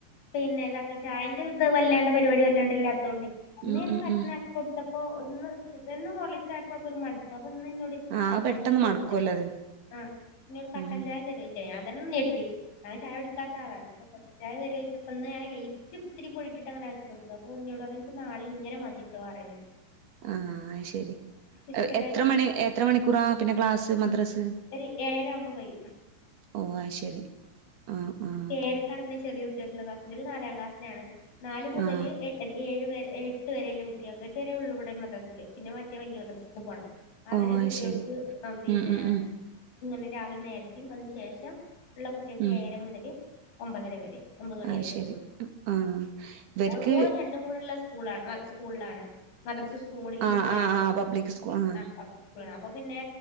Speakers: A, on the left (about 70°); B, on the right (about 60°).
A: പിന്നെ താക്കി ചായന്റെ ഇത് വല്ലാണ്ട പരിപാടി വല്ലാണ്ട് ഇല്ലാതോണ്ടയ് ഇന്നേന്
B: ഉം ഉം
A: കട്ട്ന
B: ഉം
A: കൊട്ത്തപ്പോ ഒന്ന് എന്നും ഹോർലിക്സായപ്പോൾക്കൊര് മട് പ് അപ്പന്ന്ന്നോടോയ്ച്ച്
B: ആ
A: കട്ടഞ്ചായ
B: അത് പെട്ടെന്ന്
A: തരൊയ്ച്
B: മടുക്കുവല്ലോ അത്
A: ആ പിന്നൊരു കട്ടഞ്ചായ.
B: ഉം
A: തരോയ്ച് ഞാൻ തന്നെ നെട്ടി അങ്ങനെ ചായടിക്കാത്ത ആളാണ്. ചായ തെരോയ്ച്ചപ്പൊന്ന് ഞാൻ ലേറ്റ്ത്തിരി പൊടിട്ടങ്ങനെ ആക്കി കൊടുത്തു അപ്പോഓൾന്നോട് പർഞ്ഞ് ഇൻക്ക് നാളീം ഇങ്ങനെ മതിട്ടോ പറിണ്
B: <unintelligible> ആഹ് അയ്ശരി
A: ഇഷ്ടല്ലായിട്ടെന്തോന്നോ
B: എത്ര മണി എത്ര മണിക്കൂറാ പിന്നെ ക്ലാസ്സ് മദ്രസ്.
A: ഒരു ഏഴര ആവുമ്പോ കഴിയും
B: ഓഹ് അഹ്ശരി ഉം ഉം.
A: <unintelligible> ര്ക്കാണെങ്കില് ചെറിയ കുട്ട്യാക്ക്ള്ള ക്ലാസ് ബല് നാലാം ക്ലാസ്സിലാണ് നാല് മുതല്
B: ആ
A: എട്ട് ഏഴ് വരെ ഏഴ്. ട്ട് വരെല്ല കുട്ട്യാക് എട്ട് വരേ ഉള്ളൂ ഇവിടെ മദ്രസല് പിന്നെ മറ്റേ വല്ല്യ മദ്രസക്ക് പോണം. അവരെ
B: ഓ
A: കുട്ട്യൾക്ക്
B: അത് ശരി
A: അ പിന്നെ.
B: ഉം ഉം ഉം
A: ഇങ്ങനെ രാവിലെ നേര്തിം അതിന് ശേഷം ഉള്ള കുട്ട്യാക്ക്
B: ഉം
A: ഏഴര മുതല് ഒമ്പതര വരെ. ഒമ്പത് മണിവരെക്കെ
B: അത് ശരി
A: തോന്ന
B: ആ ഇവർക്ക്
A: ഓള് മോള് രണ്ടും കൂടെള്ള സ് കൂളാ മ സ്കൂൾലാണ് മദ്രസു സ്കൂളും കൂടിള്ള
B: ആ
A: സ്കൂളായഞ്ച്പ്പ
B: ആ ആ പബ്ലിക് സ്കൂൾ ആ
A: അ ഒ. സ്കൂളാണ് അപ്പൊ പിന്നെ